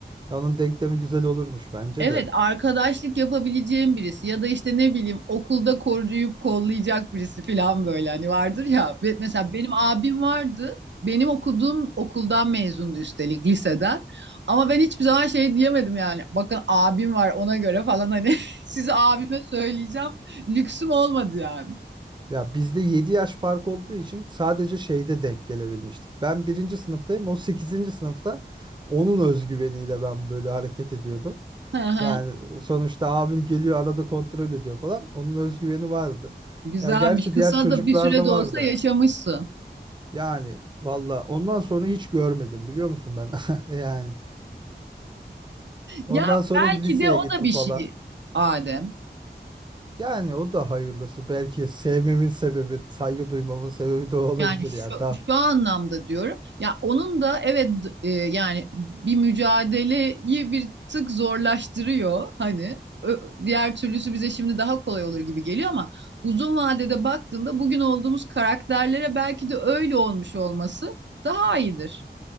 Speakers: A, on the right (about 25°); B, on the right (about 85°).
A: Ya onun denklemi güzel olurmuş bence
B: Evet,
A: de.
B: arkadaşlık yapabileceğim birisi ya da işte ne bileyim okulda koruyup kollayacak birisi falan böyle hani vardır ya. Ve Mesela benim abim vardı. Benim okuduğum okuldan mezundu üstelik liseden. Ama ben hiçbir zaman şey diyemedim yani. Bakın abim var ona göre falan hani <laughs> size abime söyleyeceğim. Lüksüm olmadı yani.
A: Ya bizde 7 yaş fark olduğu için sadece şeyde denk gelebilmiştik. Ben birinci sınıftayım. O sekizinci sınıfta onun özgüveniyle ben böyle hareket ediyordum.
B: Hı hı.
A: Yani sonuçta abim geliyor arada kontrol ediyor falan. Onun özgüveni vardı.
B: Güzelmiş.
A: Ya gerçi
B: Kısa
A: diğer çocuklarda
B: da bir süre de
A: vardı.
B: olsa yaşamışsın.
A: Yani valla ondan sonra hiç görmedim biliyor musun ben? <laughs> Yani ondan
B: Ya
A: sonra
B: belki
A: liseye
B: de o
A: gitti
B: da bir
A: falan.
B: şey Adem.
A: Yani o da hayırlısı. Belki sevmemin sebebi, saygı duymamın sebebi de o olabilir
B: Yani şu,
A: ya.
B: şu anlamda diyorum. Ya onun da evet e, yani bir mücadeleyi bir tık zorlaştırıyor hani. Ö- diğer türlüsü bize şimdi daha kolay olur gibi geliyor ama uzun vadede baktığında bugün olduğumuz karakterlere belki de öyle olmuş olması daha iyidir.